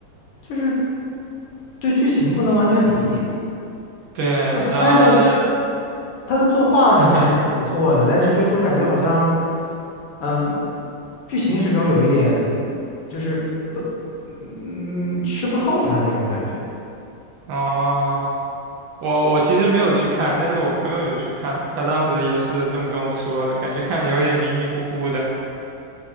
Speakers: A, on the left; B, on the right.
A: 就是对剧情不能完全理解，
B: 对，
A: 就拍的
B: 呃，
A: 他的作画什么的还挺不错的，
B: <laughs>
A: 但是就是说感觉好像，嗯，剧情始终有一点就是不，嗯，吃不透它那种感觉。
B: 哦。我我其实没有去看，但是我朋友有去看，他当时也是这么跟我说的，感觉看的有点迷迷糊糊的。